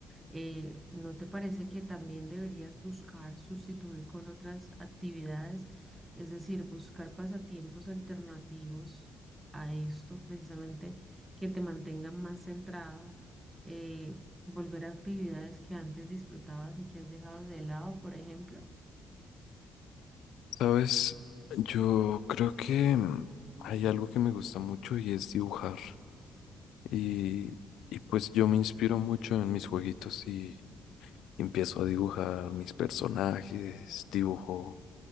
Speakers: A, on the right; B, on the left.
A: eh, ¿no te parece que también deberías buscar sustituir con otras actividades? Es decir, buscar pasatiempos alternativos a esto, precisamente que te mantengan más centrado, eh, volver a actividades que antes disfrutabas y que has dejado de lado, por ejemplo.
B: Sabes, yo creo que mm, hay algo que me gusta mucho y es dibujar. Y, y pues yo me inspiro mucho en mis jueguitos y empiezo a dibujar mis personajes, dibujo